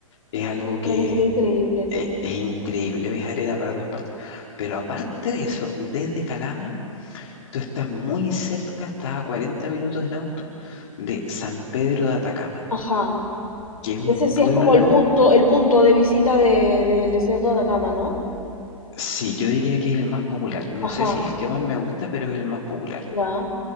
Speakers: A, on the left (about 55°); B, on the left (about 80°).
A: es algo que
B: Debe ser increíble, ¿no?
A: Es, es increíble, ves arena para todas partes. Pero aparte de eso, desde Calama, tú estás muy cerca, estás a 40 minutos en auto de San Pedro de Atacama,
B: Ajá.
A: que es un
B: Ese sí
A: pueblo,
B: es como el punto, el punto de visita de, del desierto de Atacama, ¿no?
A: sí, yo diría que es el más popular. No
B: Ajá.
A: sé si es el que más me gusta, pero es el más popular.
B: Ya.